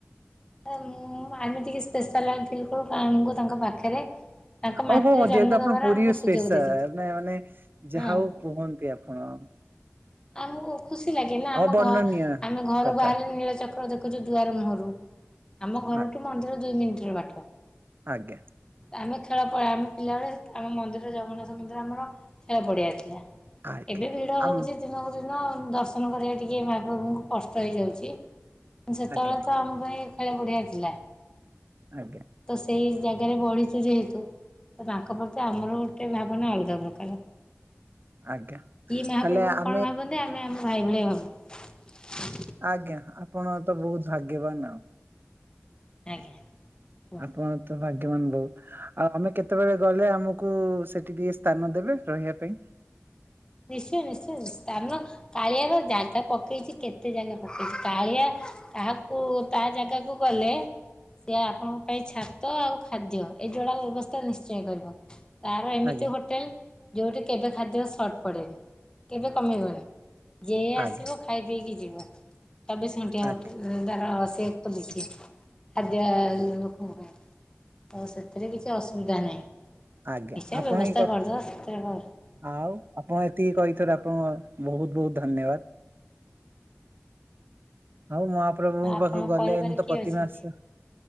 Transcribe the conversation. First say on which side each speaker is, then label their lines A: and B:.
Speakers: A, on the left; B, on the right.
A: ଆ ମୁ ଆମେଟିକେ ସ୍ପେଶାଲାଲ ଥିଲୁ ତ ମୁଁ ଆମକୁ ତାଙ୍କ ପାଖରେ ତାଙ୍କ ମାଟିରେ
B: ଓହୋ
A: ଜନ୍ମ
B: ଯେହେତୁ ଆପଣ
A: ଦେବାର
B: ପୁରୀ
A: ଆମକୁ
B: ସ୍ପେଶାଲ
A: ସୁଯୋଗ ଦେଇଛନ୍ତି
B: ମାନେ ଯାହା
A: ହଁ
B: ହଉ କୁହନ୍ତି ଆପଣ।
A: ଆମକୁ ଖୁସି ଲାଗେ ନା ଆମ
B: ଅବର୍ଣ୍ଣନୀୟ
A: ଘ ଆମେ ଘରୁ
B: କଥା
A: ବାହାର ନୀଳ ଚକ୍ର ପୁରା ଦେଖୁଛୁ ଦୁଆର ମୁହଁରୁ। ଆମ ଘରଠୁ
B: ଆ
A: ମନ୍ଦିର ଦୁଇ ମିନିଟ ର ବାଟ
B: ଆଜ୍ଞା
A: ଆମେ ଖା ଖେଳ ଆମେ ପିଲାବେଳେ ଆମ ମନ୍ଦିର ଜଗନ୍ନାଥ ସେତେବେଳେ ଆମର ଖେଳ ପଡିଆ ଥିଲା
B: ଆଜ୍ଞା
A: ଏବେ ଭିଡ ହଉଛି
B: ଆମ
A: ଦିନକୁ ଦିନ ଦର୍ଶନ କରିବା ଟିକେ ମାଆ ବାପୁଙ୍କୁ କଷ୍ଟ ହେଇଯାଉଛି ସେତେବେଳେ
B: ଆଜ୍ଞା
A: ତ ଆମ ପାଇଁ ବଢିଆ ଥିଲା
B: ଆଜ୍ଞା
A: ତ ସେଇ ଜାଗାରେ ବଢ଼ିଛି ଯେହେତୁ ତ ତାଙ୍କ ପ୍ରତି ଆମର ଗୋଟେ ଭାବନା ଅଲଗା ପ୍ରକାର।
B: ଆଜ୍ଞା
A: କି ମହାପ୍ରଭୁଙ୍କୁ
B: ତାହେଲେ ଆପ
A: କଣ ଭାବନ୍ତି ଆମେ ଆମ ଭାଇ ଭଳିଆ ଭାବୁ।
B: ଆଜ୍ଞା ଆପଣ ତ ବହୁତ ଭାଗ୍ୟବାନ ଆଉ।
A: ଆଜ୍ଞା। କୁହ
B: ଆପଣ ତ ଭା ଭାଗ୍ୟବାନ୍ ଲୋକ ଆମେ କେତେବେଳେ ଗଲେ ଆମକୁ ସେଠି ଟିକେ ସ୍ଥାନ ଦେବେ ରହିବା ପାଇଁ।
A: ନିଶ୍ଚୟ ନିଶ୍ଚୟ ସ୍ଥାନ କାଳିଆର ଜାଗା ପକେଇଛି କେତେ ଜାଗା ପକେଇଛି କାଳିଆ କାହାକୁ ତା ଜାଗାକୁ ଗଲେ ସେ ଆପଣଙ୍କ ପାଇଁ ଛାତ ଆଉ ଖାଦ୍ୟ ଏଇ ଯୋଡାକ ବ୍ୟବସ୍ଥା ନିଶ୍ଚୟ କରିବ। ତାର ଏମିତି
B: ଆଜ୍ଞା
A: ହୋଟେଲ ଯେଉଁଠି କେବେ ଖାଦ୍ୟ ସର୍ଟ ପଡ଼େନି କେବେ କମିବନି। ଯିଏ ଆସିବ
B: ଆଜ୍ଞା
A: ଖାଇ ପିଇକି ଯିବ ଚବିଶ ଘଣ୍ଟିଆ
B: ଆଜ୍ଞା
A: ହୋଟେଲ ତାର। ସେ ଖୋଲିଥିବ ଖାଦ୍ୟ ଲୋକଙ୍କ ପାଇଁ। ହଉ ସେଥିରେ କିଛି ଅସୁବିଧା ନାହିଁ।
B: ଆଜ୍ଞା
A: ନିଶ୍ଚୟ
B: ଆପଣ
A: ବ୍ୟବସ୍ଥା
B: ଏଇ କ
A: କରିଦେବା ସେଥିରେ କଣ
B: ଆଉ ଆପଣ ତି କହିଥିବାରୁ ଆପଣଙ୍କୁ ବହୁତ ବହୁତ ଧନ୍ୟବାଦ। ଆଉ ମହାପ୍ରଭୁଙ୍କ
A: ଆଉ ଆପଣଙ୍କ
B: ପାଖକୁ ଗଲେ
A: ପରିବାରରେ
B: ମୁ ତ
A: କିଏ
B: ପ୍ରତିମାସ
A: ଅଛନ୍ତି?